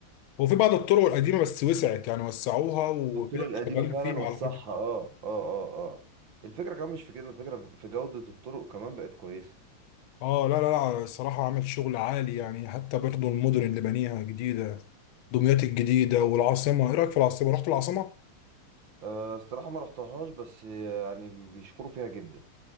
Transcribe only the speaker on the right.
والطرق القديمة
فعلا
وسعها
اه اه اه اه الفكرة كمان مش في كده الفكرة في جودة الطرق كمان بقت كويسة
أه الصراحة ما رحتهاش بس يعني بيشكروا فيها جدا